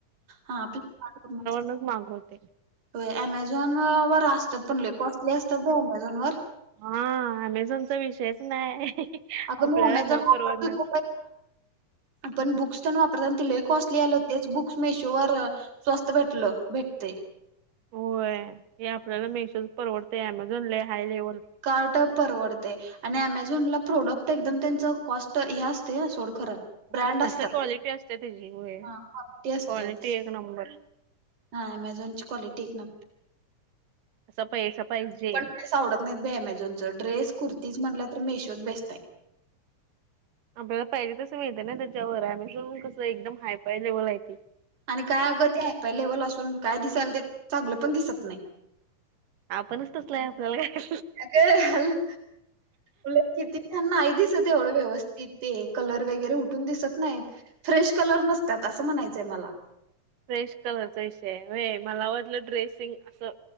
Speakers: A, on the right; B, on the right.
A: हा फ्लिपकार्ट वरणच
B: नच मागवते.
A: होय ॲमेझॉन वर असतात पण लयी कॉस्ली असतात भाऊ ॲमेझॉन वर.
B: हा ॲमेझॉन विषयच नाही.
A: अगं
B: आपल्याला
A: मी अमेझॉन
B: न
A: वापरत
B: परवडणार.
A: <unintelligible> पण बुक्स तण वापरन ति लयी कॉस्ली आल होत तेंच बुक्स मेशोवर स्वस्त भेटलं भेटतय.
B: होय हे आपल्याला मेशोज परवडतय ॲमेझॉन लयी हाय लेवल
A: कार्ट परवडतय आणि अमेझॉन ला प्रोडक्ट त एकदम त्यांच कॉस त हे असते ना सोडखरं ब्रँड
B: तस
A: असतात
B: क्वालिटी असते त्याची होय
A: हा कॉलिटी असतेय
B: क्वालिटी
A: तशी.
B: एक नंबर
A: हा अमेझॉनची क्वालिट एक न
B: असा पैसा पाहिजे.
A: पण ड्रेस आवडत नाहीत बाई अमेझॉन चं ड्रेस, कुर्तीज म्हनलं तर मेशोच बेस्ट आहे.
B: आपल्याला पाहिजे तस मिळते ना त्याच्यावर अमेझॉन हुन कसं एकदम हाय फाय लेवलला येती.
A: आणि काय अगं ते फाय लेवल असून काय दिसायल ते चांगलं पण दिसत नाही.
B: आपणच तसलाय आपल्याला काय
A: अग हल बोलें कितीना नाही दिसत ते एवढं व्यवस्थित ते कलर वगैरे उठ ठुन दिसत नाहीत, फ्रेश कलर नसतात असं म्हणायचंय मला
B: फ्रेश कलरचा ईषय व्हय मला वाटलं ड्रेसिंग असं